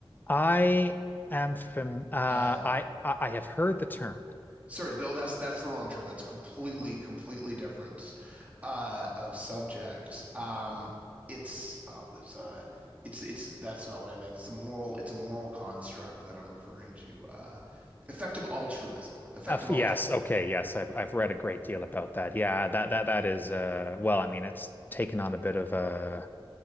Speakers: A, on the left; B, on the right.
A: I am from. Uh,
B: Uh,
A: I I have heard the term
B: sorry, though that's that's the wrong term. That's a completely completely different uh, of subject. Um, it's uh, there's a it's it's that's not what I meant. It's a moral it's a moral construct that I'm referring to. Uh, effective altruism. Effective
A: Uh, f-
B: altruism.
A: yes, okay, yes, I've I've read a great deal about that. Yeah, that that that is uh well, I mean, it's taken on a bit of a